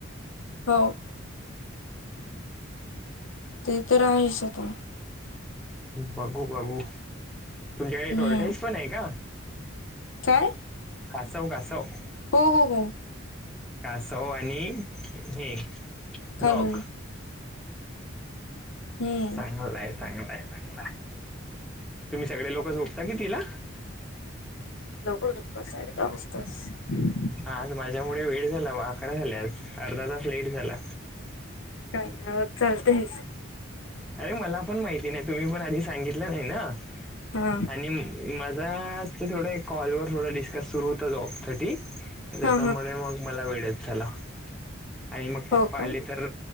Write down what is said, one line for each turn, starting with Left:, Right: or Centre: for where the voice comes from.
Left: हो. ते तर आहेच आता
Centre: बघू बघू तुमच्याकडे
Left: हम्म
Centre: टॉर्टाईस पण आहे का?
Left: काय?
Centre: कासव कासव.
Left: हो हो गए
Centre: कासव आणि हे,
Left: कलुयी.
Centre: डॉग
Left: हम्म
Centre: चांगलं हाय चांगलं हाय चांगला हाय तुम्ही सगळे लोक झोपता कीतीला?
Left: लवकर झोपतो साडे दहा वाजताच.
Centre: आज माझ्यामुळे वेळ झाला बा अकरा झाले आज अर्धा तास लेट झाला.
Left: काइ नाय होत चालतयच.
Centre: अरे मला पण माहिती नाही तुम्ही पण आधी सांगितलं नाही ना
Left: हा
Centre: आणि- माझा ते थोडं कॉलवर थोडा डिस्कस सुरू होता जॉबसाठी त्याच्यामुळे
Left: हा हा
Centre: मग मला वेळच झाला आणि मग पप्पा
Left: हो का
Centre: आले तर